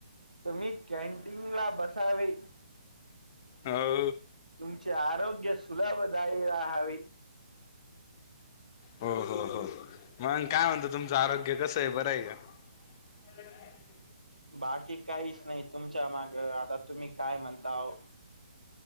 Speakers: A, on the right (about 90°); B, on the left (about 25°).
A: तुम्ही कॅन्टीन ला बसावे
B: हो!
A: तुमचे आरोग्य सुलभदायी राहावे.
B: हो हो हो! मग काय म्हणतो तुमचं आरोग्य कसं हाय बरं हाय का? ह ह <unintelligible>
A: बाकी काहीच नाही तुमच्या माग आता तुम्ही काय म्हणताव.